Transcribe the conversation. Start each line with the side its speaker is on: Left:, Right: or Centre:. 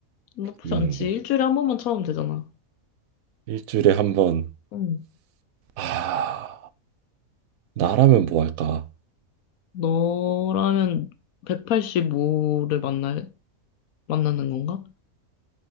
Left: 나쁘지
Right: 음,
Left: 않지. 일주일에 한 번만 참으면 되잖아.
Right: 일주일에 한 번.
Left: 응.
Right: 아, 나라면 뭐 할까?
Left: 너라면 185를 만날, 만나는 건가?